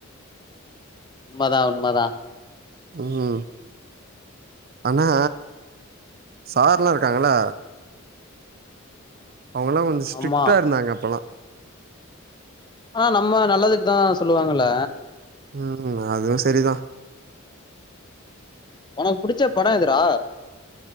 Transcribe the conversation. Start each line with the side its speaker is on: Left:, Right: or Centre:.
Left: உண்மதா உண்மதா.
Right: ம் ஆனா சார்ல்லா இருக்காங்கல்ல அவுங்கல்லா கொஞ்சோ ஸ்ட்ரிக்டா
Left: ஆமா
Right: இருந்தாங்க அப்பெல்லா.
Left: ஆனா நம்ம நல்லதுக்குதா சொல்லுவாங்கல்ல.
Right: ம் அதுவு சரிதா.
Left: உனக்கு புடிச்ச படோ எதுடா?